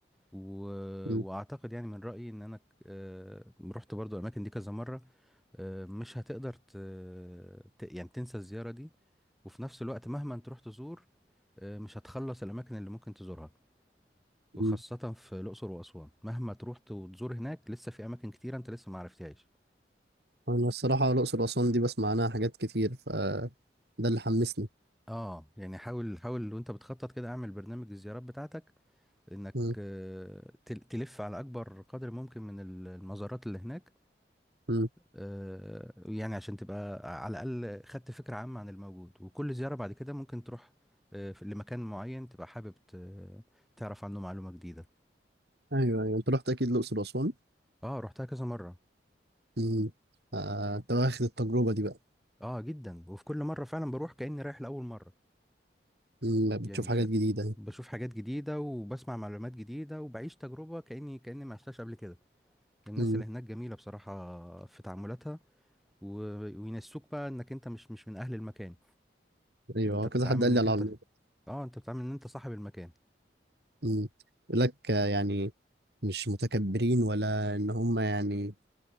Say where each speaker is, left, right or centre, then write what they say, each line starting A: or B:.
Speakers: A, in the centre; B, on the right.
A: و...
B: مم.
A: واعتقد يعني من رأيي ان انا ك- آه، رحت برضو الاماكن دي كذا مرة آه، مش هتقدر ت... ت- يعني تنسى الزيارة دي وفي نفس الوقت مهما انت رحت تزور آه، مش هتخلص الأماكن اللي ممكن تزورها وخاصة
B: مم.
A: في الأقصر وأسوان مهما تروح ت- وتزور هناك لسه في أماكن كتيرة أنت لسه ما عرفتهاش
B: انا الصراحه الاقصر واسوان دي بسمع عنها حاجات كتير فده اللي حمسني
A: اه يعني حاول حاول وانت بتخطط كده اعمل برنامج الزيارات بتاعتك انك
B: مم.
A: آه، تل- تلف على اكبر قدر ممكن من ال- المزارات اللي هناك
B: مم.
A: آه، يعني عشان تبقى على الاقل خدت فكرة عامة عن الموجود وكل زيارة بعد كده ممكن تروح آه، في- لمكان معين تبقى حابب ت- تعرف عنه معلومة جديدة
B: ايوه ايوه انت رحت اكيد الاقصر واسوان
A: اه رحتها كذا مرة
B: امم آه، انت واخد التجربه دي بقى
A: اه جدا وفي كل مرة فعلا بروح كأني رايح لأول مرة
B: امم بتشوف
A: يعني
B: حاجات
A: ف...
B: جديده
A: بشوف حاجات جديدة وبسمع معلومات جديدة وبعيش تجربة كأني كأني ما عشتهاش قبل كده الناس
B: امم
A: اللي هناك جميلة بصراحة في تعاملاتها و... وينسوك بقى انك انت مش مش من اهل المكان
B: ايوه
A: انت بتتعامل
B: كذا حد قال
A: انك
B: لي على
A: انت
B: الموضوع
A: اه انت بتتعامل ان انت صاحب المكان
B: امم يقول لك آه، يعني مش متكبرين ولا ان هم يعني